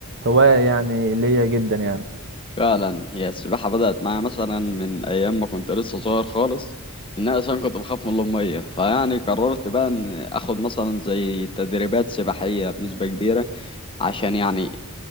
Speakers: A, on the right (about 50°); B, on the left (about 25°).
A: هواية يعني ليا جدا يعني
B: فعلا هي السباحة بدأت معايا مثلا من ايام ما كنت لسه صغير خالص ان انا اصلا كنت بخاف من المية فيعني قررت بقى ان اخد مثلا زي تدريبات سباحية بنسبة كبيرة عشان يعني